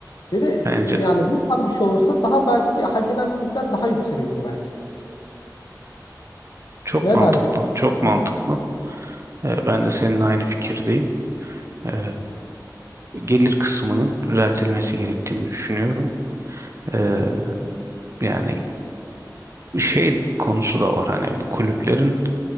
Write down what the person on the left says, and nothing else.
Ve de
e, yani
bu tarz bir şey olursa daha belki hak eden kulüpler daha yükselebilir belki.
Ne
dersiniz?
Hı hı.